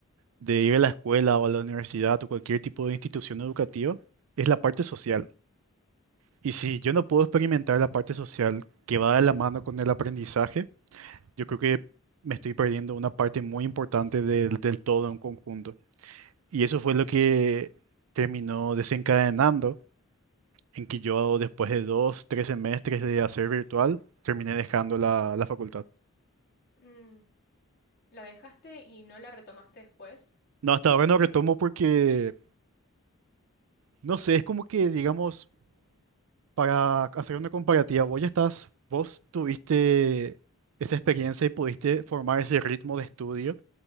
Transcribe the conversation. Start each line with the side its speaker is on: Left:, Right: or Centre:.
Right: de ir a la escuela o a la universidad o cualquier tipo de institución educativa es la parte social. Y si yo no puedo experimentar la parte social que va de la mano con el aprendizaje, yo creo que me estoy perdiendo una parte muy importante del, del todo en conjunto. Y eso fue lo que terminó desencadenando en que yo después de dos, tres semestres de hacer virtual, terminé dejando la la facultad.
Left: Mm, ¿la dejaste y no la retomaste después?
Right: No, hasta ahora no retomo porque No sé, es como que, digamos, para hacer una comparativa, vos ya estás, vos tuviste esa experiencia y pudiste formar ese ritmo de estudio